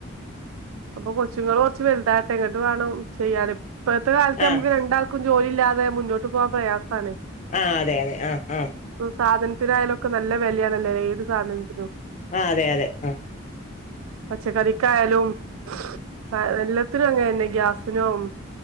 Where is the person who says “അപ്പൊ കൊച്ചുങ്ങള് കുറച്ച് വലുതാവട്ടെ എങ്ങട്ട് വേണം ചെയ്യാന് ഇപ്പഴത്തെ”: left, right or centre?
Right